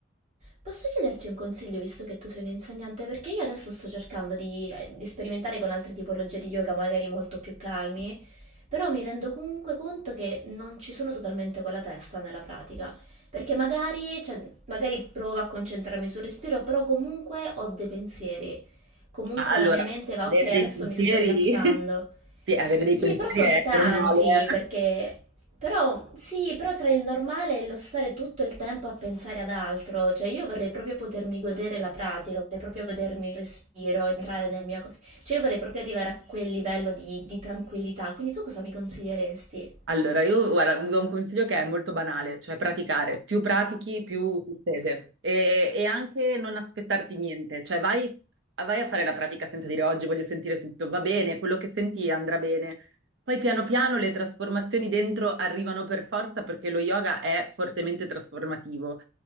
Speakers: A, on the right (about 40°); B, on the right (about 75°).
A: posso chiederti un consiglio visto che tu sei un insegnante? Perché io adesso sto cercando di, eh, di sperimentare con altre tipologie di yoga, magari molto più calmi, però mi rendo comunque conto che non ci sono totalmente con la testa nella pratica, perché magari, cioè, magari provo a concentrarmi sul respiro, però comunque ho dei pensieri. Comunque
B: Ma allora,
A: la mia mente va,
B: avere
A: ok, adesso
B: dei pensieri,
A: mi sto rilassando.
B: <laughs> Sì, avere dei
A: Sì,
B: pensieri
A: però sono tanti
B: è normale, eh.
A: perché Però sì, però tra il normale e lo stare tutto il tempo a pensare ad altro, cioè io vorrei proprio potermi godere la pratica, vorrei proprio godermi il respiro, entrare nel mio... co- Cioè io vorrei proprio arrivare a quel livello di, di tranquillità, quindi tu cosa mi consiglieresti?
B: Allora, io guarda, vi do un consiglio che è molto banale, cioè praticare. Più pratichi, più succede. E, e anche non aspettarti niente, cioè vai, vai a fare la pratica senza dire oggi voglio sentire tutto, va bene, quello che senti andrà bene. Poi piano piano le trasformazioni dentro arrivano per forza perché lo yoga è fortemente trasformativo.